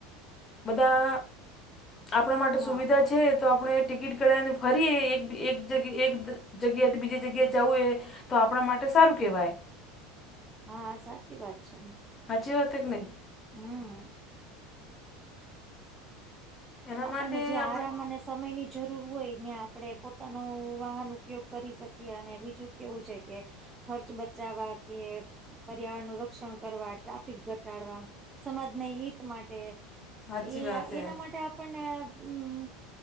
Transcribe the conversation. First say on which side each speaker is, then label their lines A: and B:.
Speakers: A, on the left; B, on the right.
A: બધા આપણા માટે
B: હા
A: સુવિધા છે. તો આપણે ટિકિટ કળાવીને ફરીએ એક એક જગ્યાથી બીજી જગ્યાએ જવું એ તો આપણા માટે સારું કેહેવાય.
B: હા સાચી વાત છે.
A: હાચી વાત હે કે નહી.
B: હમ્મ.
A: એના
B: આપણને
A: માટે
B: જે આરામ
A: આપણે
B: અને સમયની જરૂર હોય ને આપડણે પોતાનું વાહન ઉપયોગ કરી શકીએ અને બીજું કેવું છે કે ખર્ચ બચાવા કે પર્યાવરણનું રક્ષણ કરવા ટ્રાફિક ઘટાડવા સમાજને હિત માટે
A: સાચી
B: એ
A: વાત છે
B: એના માટે આપણને હમ્મ